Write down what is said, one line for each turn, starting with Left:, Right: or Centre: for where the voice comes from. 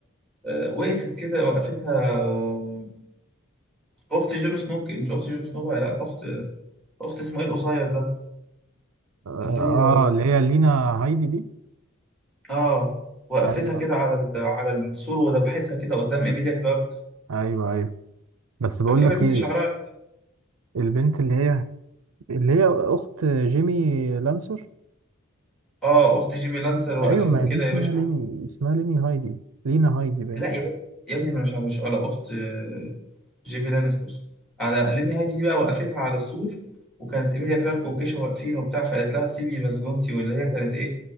Centre: آه، وقفت كده وقفتها آه، أخت جون سنو ك- مش أخت جون سنو بقى لا أخت أخت اسمه إيه القصير ده
Right: اه
Centre: اللي هي
Right: اللي هي لينا هايدي دي
Centre: آه وقفتها
Right: ايوه
Centre: كده على ال... على السور وذبحتها كده قدام إيميليا كلارك
Right: ايوه ايوه بس بقول
Centre: فاكرة
Right: لك
Centre: البنت
Right: ايه
Centre: شعرها
Right: البنت اللي هي اللي هي اخت جيمي لانسر
Centre: اه اخت جيمي لانستر وقفتها
Right: ايوه ما هي
Centre: كده
Right: دي اسمها
Centre: يا باشا
Right: ليني اسمها ليني هايدي لينا هايدي بقى
Centre: لا يا باشا يا ابني ما أنا مش مش ولا اخت آه، جيمي لانستر على ليني هايدي دي بقى وقفتها على السور وكانت ايميليا كلارك وجيشها واقفين وبتاع فقالت لها سيبي مسجونتي واللي هي كانت ايه